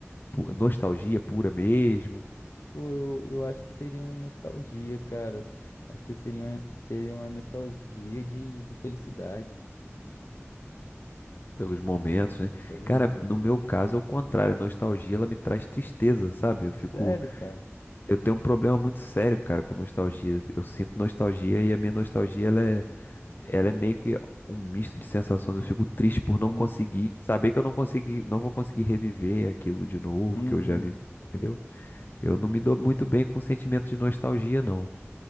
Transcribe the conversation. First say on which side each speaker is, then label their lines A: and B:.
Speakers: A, on the left; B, on the left.
A: pu- nostalgia pura mesmo,
B: Pô, eu, eu acho que seria uma nostalgia, cara. Acho que eu seria, teria uma nostalgia de, de felicidade.
A: pelos momentos, né?
B: Pelos
A: Cara,
B: momentos.
A: no meu caso é o contrário. A nostalgia, ela me traz tristeza, sabe? Eu fico,
B: Sério, cara.
A: eu tenho um problema muito sério, cara, com nostalgia. Eu sinto nostalgia e a minha nostalgia, ela é Ela é meio que um misto de sensações. Eu fico triste por não
B: Uhum,
A: conseguir, saber que eu não consegui, não vou conseguir reviver aquilo de novo
B: uhum,
A: que eu já vivi, entendeu? Eu não me dou muito bem com o sentimento de nostalgia, não.